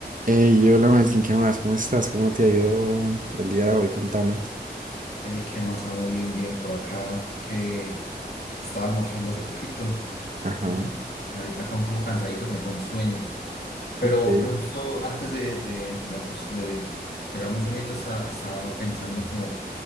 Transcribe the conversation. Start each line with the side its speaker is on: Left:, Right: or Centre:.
Right: Hey, hola Melkin, ¿qué más? ¿Cómo estás? ¿Cómo te ha ido el día de hoy? Contame.
Left: Eh, ¿qué más? Ah, Muy bien, bien por acá, que estaba almorzando hace poquito
Right: Ajá,
Left: y, y ahorita acá un poco cansadito, como con sueño. Pero,
Right: ok.
Left: pero justo antes de, de, de, acos- de pegarme un sueñito estaba, estaba pensando como,